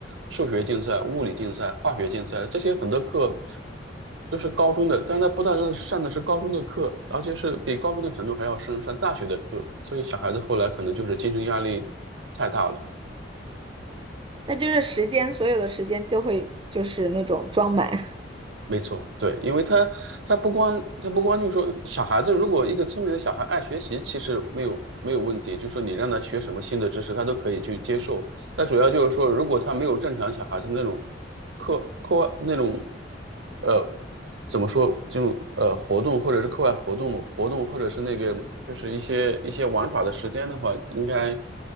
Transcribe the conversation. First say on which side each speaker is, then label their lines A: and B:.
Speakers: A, on the right; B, on the right.
A: 数学竞赛、物理竞赛、化学竞赛，这些很多课都是高中的，但他不但是上的是高中的课，而且是比高中的程度还要深，上大学的课，所以小孩子后来可能就是精神压力太大了。
B: 那就是时间，所有的时间都会就是那种装满。
A: 没错，对，因为他他不光他不光就是说小孩子，如果一个聪明的小孩爱学习，其实没有没有问题，就是说你让他学什么新的知识，他都可以去接受。那主要就是说，如果他没有正常小孩子那种课课外那种呃怎么说就呃活动或者是课外活动活动或者是那个就是一些一些玩耍的时间的话，应该